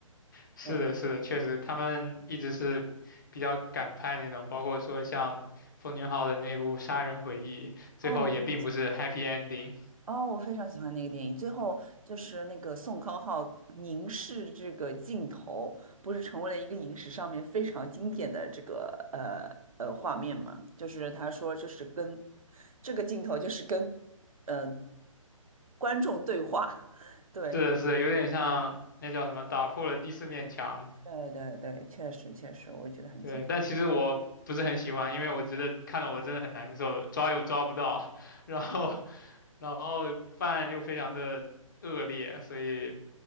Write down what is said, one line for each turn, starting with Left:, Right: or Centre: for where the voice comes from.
Left: 是的，
Right: 对。
Left: 是的，确实，他们一直是比较敢拍那种，包括说像奉俊昊的那部《杀人回忆》，最后也并不是
Right: 哦，我非常喜欢。
Left: happy ending，
Right: 哦，我非常喜欢那个电影。最后就是那个宋康昊凝视这个镜头，不是成为了一个影史上面非常经典的这个呃呃画面吗？就是他说，就是跟这个镜头就是跟呃观众对话。<laughs> 对
Left: 是的，是的，有点像那叫什么打破了第四面墙。
Right: 对对对，确实确实，我觉得很经。
Left: 对，
Right: 典。
Left: 但其实我不是很喜欢，因为我觉得看得我真的很难受，抓又抓不到，<laughs> 然后然后饭又非常的恶劣，所以